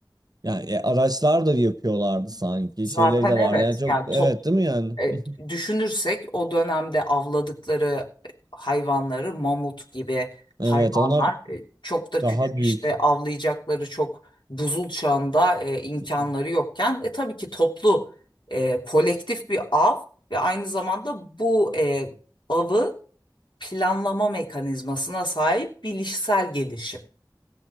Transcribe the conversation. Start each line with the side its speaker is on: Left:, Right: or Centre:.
Right: Yani e, araçlar da yapıyorlardı sanki.
Left: Zaten
Right: Şeyleri de
Left: evet
Right: vardı. Yani çok
Left: yani
Right: evet
Left: top
Right: değil mi yani?
Left: e,
Right: Mhm.
Left: düşünürsek o dönemde avladıkları e, hayvanları mamut gibi
Right: Evet
Left: hayvanlar
Right: onlar
Left: e, çok da
Right: daha
Left: küçük işte
Right: büyük.
Left: avlayacakları çok buzul çağında e, imkanları
Right: Mhm.
Left: yokken e, tabii ki toplu e, kolektif bir av ve aynı zamanda bu e, avı planlama mekanizmasına sahip bilişsel gelişim.